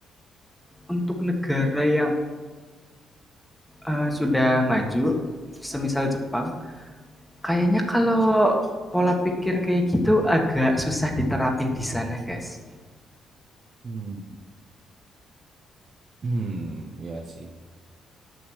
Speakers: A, in the centre; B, on the right.
A: untuk negara yang, eee, sudah maju, semisal Jepang, kayaknya kalau pola pikir kayak gitu agak susah diterapin di sana nggak sih?
B: Hmm. <clears throat> Hmm, ya sih.